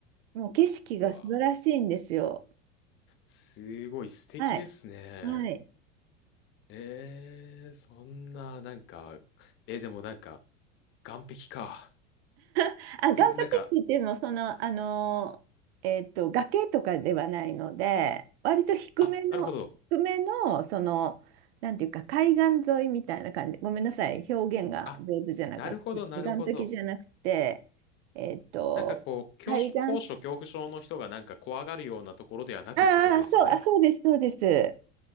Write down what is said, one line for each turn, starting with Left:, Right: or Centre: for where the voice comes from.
Right: もう景色が素晴らしいんですよ。
Left: うわー、すごい素敵ですね。
Right: はい。はい。
Left: ええ、そんな、なんか、えー、でもなんか、岸壁か。
Right: <laughs> あ、岩壁って言っても、
Left: えなんか、
Right: その、あの、えっと、崖とかではないので、割と低めの、
Left: あ、なるほど。
Right: 低めの、その、なんていうか、海岸沿いみたいな感じ。ごめんなさい、表現が上手じゃなかった。
Left: あ、なるほど、なるほど。
Right: 岩壁じゃなくて、えっと、
Left: なんかこう、
Right: 海岸、
Left: 恐怖高所恐怖症の人がなんか怖がるようなところではなくってことですよね。
Right: ああ、そう、あ、そうです、そうです。